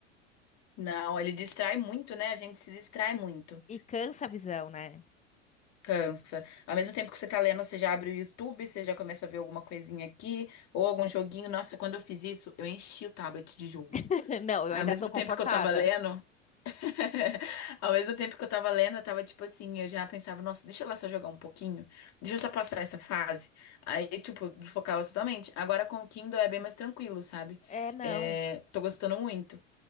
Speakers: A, on the left; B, on the left.
A: Não, ele distrai muito, né? A gente se distrai muito.
B: E cansa a visão, né?
A: Cansa. Ao mesmo tempo que você tá lendo, você já abre o YouTube, você já começa a ver alguma coisinha aqui, ou algum joguinho. Nossa, quando eu fiz isso, eu enchi o tablet de jogo.
B: <laughs> Não, eu
A: Aí,
B: ainda
A: ao mesmo
B: tô comportada.
A: tempo que eu tava lendo, <laughs> ao mesmo tempo que eu tava lendo, eu tava tipo assim, eu já pensava, nossa, deixa eu lá só jogar um pouquinho, deixa eu só passar essa fase. Aí, tipo, desfocava totalmente. Agora com o Kindle é bem mais tranquilo, sabe?
B: É, não.
A: É, tô gostando muito.